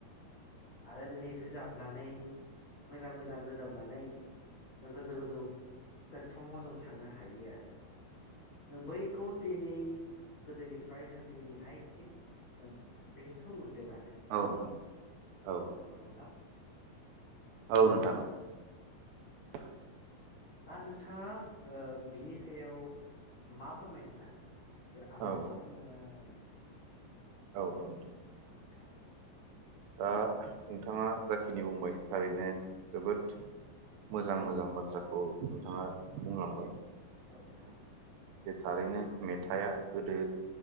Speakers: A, on the left; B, on the right.
A: आरो दिनै रोजाबनानै मोजां मोजां रोजाबनानै जों गोजौ गोजौ प्लेटफर्माव जों थांनो हायो आरो जों बैखौ दिनै गोदोनिफ्राय जों दिनैहायसिम जों बखौ नुदों आरो
B: औ नोंथां औ
A: हेल' नोंथां खोनादोंना
B: औ नोंथां <unintelligible>
A: दा नोंथाङा ओ बिनि सायाव मा फोरमायनो सानो? जे आंनो
B: औ
A: मा फोरमायनो
B: औ औ दे
A: नोंथां
B: ओ नोंथाङा जाखिनि बुंबाय थारैनो जोबोद मोजां मोजां बाथ्राखौ नोंथाङा बुंलांबाय।
A: औ नोंथां
B: जे थारैनो मेथाइया गोदो